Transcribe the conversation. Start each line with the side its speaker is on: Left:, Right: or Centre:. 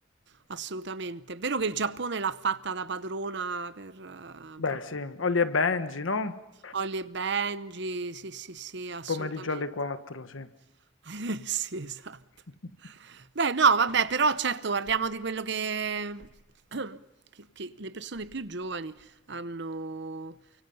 Right: assolutamente. È vero che il Giappone l'ha fatta da padrona per,
Left: Beh,
Right: eh,
Left: sì, Holly e Benji, no?
Right: Holly e Benji, sì, sì, sì, assolutamente.
Left: Pomeriggio alle 4, sì.
Right: <laughs> Eh, Sì, esatto.
Left: <laughs>
Right: Beh, no, vabbè, però certo guardiamo di quello che, <clears throat> che- che le persone più giovani hanno,